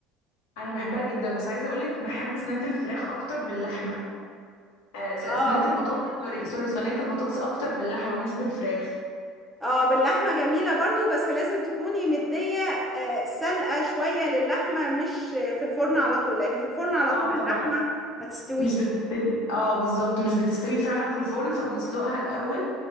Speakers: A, on the left (about 80°); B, in the centre.
A: انا بحبها جدا بس عايزة اقولك بحب صينية الفراخ اكتر باللحمة آه صينية
B: اه
A: البطاطس سوري سوري صينية البطاطس اكتر باللحمة مش بالفراخ
B: اه باللحمة جميلة برضو بس لازم تكوني مدية آه، سلقة شوية للحمة مش آه، في الفرن على طول لان في الفرن على
A: اه
B: طول
A: طبعا
B: اللحمة ما تستويش
A: مش بتستوي اه بالظبط مش بتستوي فعلا في الفرن فبنسلقها الاول